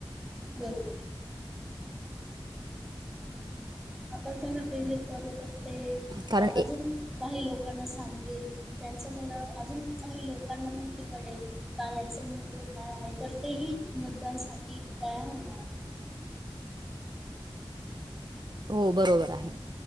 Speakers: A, in the centre; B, on the right.
A: बरोबर. आपण त्यांना प्रेरित करू तर ते
B: कारण
A: अ
B: ए
A: अजून काही लोकांना सांगतील त्यांच्यामुळं अजून काही लोकांना माहिती पडेल. <unintelligible> का याचं महत्त्व काय आहे तर तेही मतदानसाठी तयार होणार.
B: हो बरोबर आहे